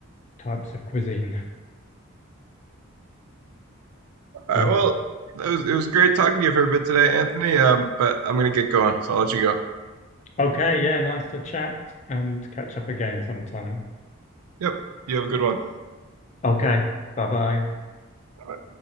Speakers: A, on the left; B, on the right.
A: types of cuisine.
B: All
A: Yeah.
B: right, well, it was it was great talking to you for a bit today, Anthony. Um, but I'm gonna get going, so I'll let you go.
A: Okay. Yeah. Nice to chat and catch up again sometime.
B: Yep, you have a good one.
A: Okay. Bye bye.
B: Bye.